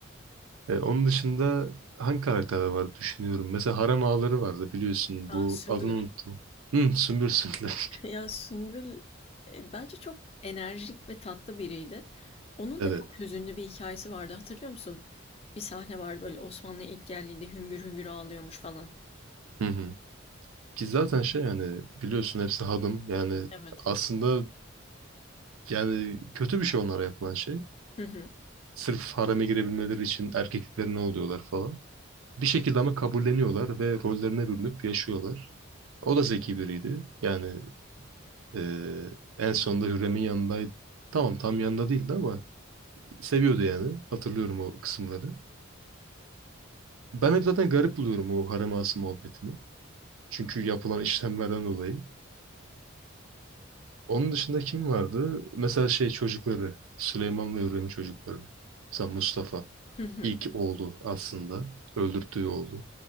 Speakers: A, on the right; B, on the left.
A: E, onun dışında hangi karakterler vardı düşünüyorum. Mesela harem ağaları vardı biliyorsun.
B: Aa,
A: Bu
B: Sümbül.
A: adını unuttum. Hı, Sümbül Sünder. <laughs>
B: <laughs> Ya Sümbül e, bence çok enerjik ve tatlı biriydi. Onun
A: Evet.
B: da çok hüzünlü bir hikayesi vardı hatırlıyor musun? Bir sahne var böyle Osmanlı'ya ilk geldiğinde hüngür hüngür ağlıyormuş falan.
A: Hı hı. Ki zaten şey yani biliyorsun hepsi hadım. Yani
B: Evet.
A: aslında yani kötü bir şey onlara yapılan şey.
B: Hı hı.
A: Sırf hareme girebilmeleri için erkekliklerine oluyorlar falan. Bir şekilde ama kabulleniyorlar ve rollerine bürünüp yaşıyorlar. O da zeki biriydi. Yani e, en sonunda Hürrem'in yanındaydı. Tamam tam yanında değildi ama seviyordu yani. Hatırlıyorum o kısımları. Ben hep zaten garip buluyorum o harem ağası muhabbetini. Çünkü yapılan işlemlerden dolayı. Onun dışında kim vardı? Mesela şey çocukları. Süleyman ve Hürrem'in çocukları. Mesela Mustafa.
B: Hı hı.
A: ilk oğlu aslında. Öldürttüğü oğlu.